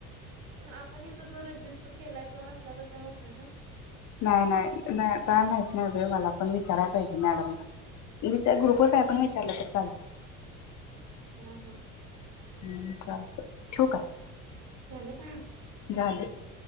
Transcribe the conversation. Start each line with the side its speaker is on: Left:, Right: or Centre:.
Right: पण आपण इथं जो रजिस्टर केलाय तो नसला तर काय होत नाही का?
Left: नाही नाही नाही काय माहीत नाहीबाई मला पण- कराय पाहिजे मॅडमला. विचार ग्रुपवर काय पण विचारलं तर चालत.
Right: हा हा
Left: हं. चालतं, ठेवू का?
Right: <unintelligible> का?
Left: झाल.